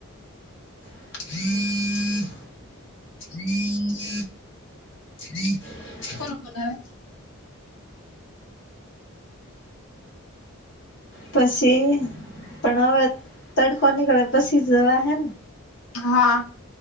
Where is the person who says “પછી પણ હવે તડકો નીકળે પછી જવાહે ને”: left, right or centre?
Left